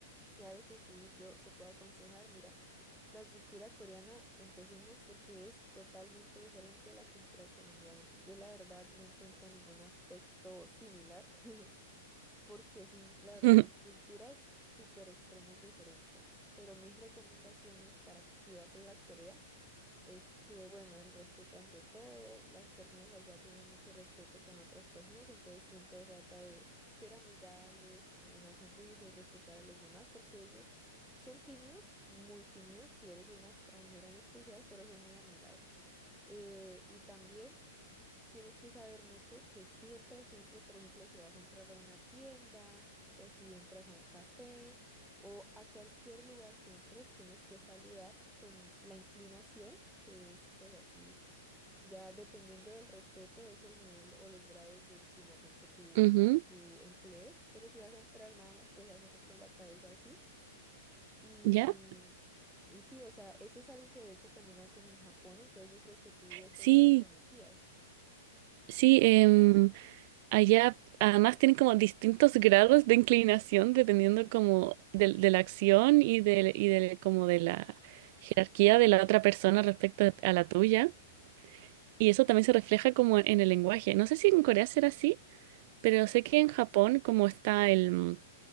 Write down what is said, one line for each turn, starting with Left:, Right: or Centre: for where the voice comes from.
Centre: Claro que sí, yo te puedo aconsejar. Mira, la cultura coreana, empecemos porque es totalmente diferente a la cultura colombiana. Yo la verdad no encuentro ningún aspecto similar. <laughs> porque sí, la verdad
Right: <laughs>
Centre: son culturas súper extremos diferentes. Pero mis recomendaciones para si vas a ir a Corea es que, bueno, el respeto ante todo, las personas allá tienen mucho respeto con otras personas, entonces siempre trata de ser amigable, tener una sonrisa y respetar a los demás, porque ellos son tímidos, muy tímidos, si eres una extranjera en especial, pero son muy amigables. Eh, y también... Tienes que saber mucho que siempre, siempre, por ejemplo, si vas a entrar a una tienda o si entras a un café o a cualquier lugar que entres, tienes que saludar con la inclinación, que es pues así, ya dependiendo del respeto es el nivel o los grados de inclinación que tú,
Right: Ujú,
Centre: que tú emplees, pero si vas a entrar nada más puedes hacerlo con la cabeza así y...
Right: ¿Ya?
Centre: Y sí, o sea, eso es algo que de hecho también hacen en Japón, entonces yo creo que tú eso
Right: Sí,
Centre: ya lo conocías.
Right: sí. em, Allá además tienen como distintos grados de inclinación
Centre: Sí,
Right: dependiendo
Centre: sí, sí, sí.
Right: como del- de, la acción y del y del- como de la jerarquía de la otra persona respecto a la tuya. Y eso también se refleja como en el lenguaje. No sé si en Corea será así,
Centre: Sí,
Right: pero sé que en Japón como está el... mm,